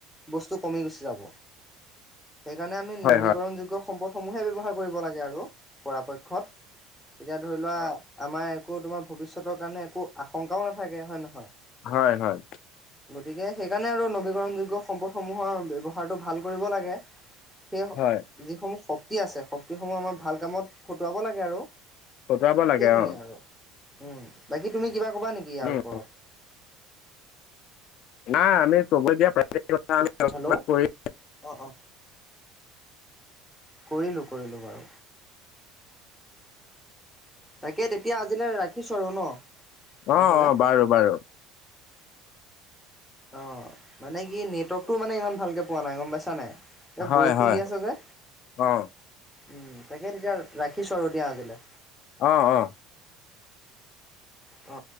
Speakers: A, in the centre; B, on the left.
A: বস্তু কমি গুচি যাব। সেইকাৰে আমি
B: হয়
A: নবী।
B: হয়
A: সম্পদসমূহে ব্যৱহাৰ কৰিব লাগে আৰু পৰাপক্ষত। এতিয়া ধৰি লোৱা আমাৰ একো তোমাৰ ভৱিষ্যতৰ কাৰণে একো আশংকাও নাথাকে হয় নে নহয়?
B: হয় হয়
A: গতিকে সেইকাৰণে আৰু নবীকৰণযোগ্য। সম্পদসমূহৰ ব্যৱহাৰটো ভাল কৰিব লাগে। সেই
B: হয়
A: যিসমূহ শক্তি আছে শক্তিসমূহ আমাৰ ভাল কামত খটুৱাব লাগে আৰু
B: খটুৱাব লাগে
A: সেইখিনিয়ে
B: অ
A: আৰু উম বাকী তুমি কিবা কবা নেকি ইয়াৰ
B: উম
A: ওপৰত
B: নাই আমি চব দিয়া কথা আলোচনা
A: হেল্ল' অ',
B: কৰি
A: অ', কৰিলোঁ কৰিলোঁ বাৰু তাকে তেতিয়া আজিলৈ ৰাখিছো আৰু ন
B: অ
A: নহ'লে।
B: অ বাৰু বাৰু
A: অ মানে কি নেটৱৰ্কটো মানে ইমান ভালকে পোৱা নাই গম পাইছা নাই এই
B: হয়
A: বৰষুণ
B: হয়
A: দি আছে যে
B: অ
A: উম তাকে তেতিয়া ৰাখিচো আৰু দিয়া আজিলে
B: অ অ
A: অ